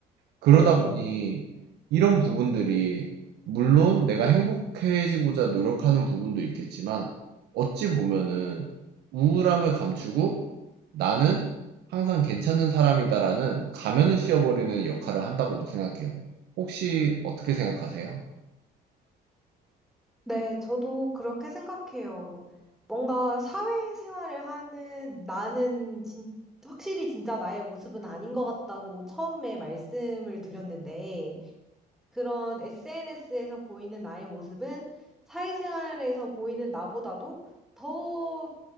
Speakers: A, on the right; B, in the centre.
A: 그러다
B: 네,
A: 보니 이런 부분들이 물론 내가 행복해지고자 노력하는 부분도 있겠지만 어찌 보면은 우울함을 감추고 나는 항상 괜찮은 사람이다라는 가면을 씌워버리는 역할을 한다고도 생각해요. 혹시 어떻게 생각하세요?
B: 네, 저도 그렇게 생각해요. 뭔가 사회생활을 하는 나는 진, 확실히 진짜 나의 모습은 아닌 것 같다고 처음에 말씀을 드렸는데, 그런 SNS에서 보이는 나의 모습은 사회생활에서 보이는 나보다도 더